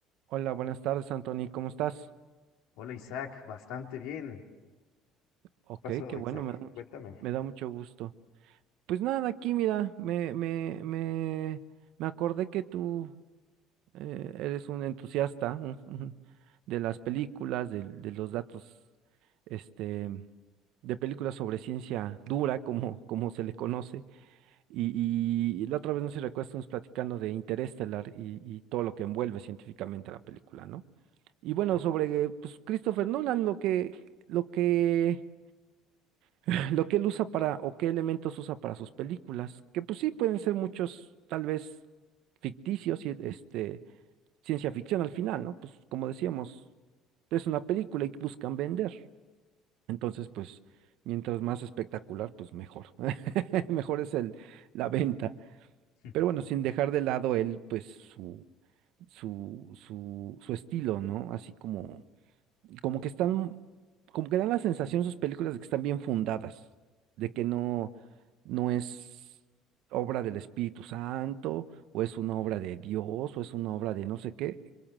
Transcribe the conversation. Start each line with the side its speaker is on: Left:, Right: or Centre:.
Right: Hola, buenas tardes, Anthony, ¿cómo estás?
Left: Hola Isaac, bastante bien. ¿Qué
Right: Ok,
Left: pasó,
Right: qué bueno,
Left: Isaac?
Right: me da mucho,
Left: Cuéntame.
Right: me da mucho gusto. Pues nada, aquí mira, me, me, me, me acordé que tú eh, eres un entusiasta un- un- de las películas, del- de, los datos, este, de películas sobre ciencia dura, como, como se le conoce. Y, y la otra vez, no sé si recuerdas, estamos platicando de Interestelar y, y todo lo que envuelve científicamente la película, ¿no? Y bueno,
Left: Ah,
Right: sobre pues, Christopher Nolan, lo que, lo que, <clears throat> lo que él usa para, o qué elementos usa para sus películas, que pues sí pueden ser muchos, tal vez ficticios y este, ciencia ficción al final, ¿no? Pues como decíamos, es una película y buscan vender. Entonces, pues, mientras más espectacular, pues mejor. <laughs> Mejor es el, la venta.
Left: <laughs>
Right: Pero bueno, sin dejar de lado él, pues su, su, su, su estilo, ¿no? Así como, como que están, como que dan la sensación sus películas de que están bien fundadas, de que no, no es obra del Espíritu Santo, o es una obra de Dios, o es una obra de no sé qué,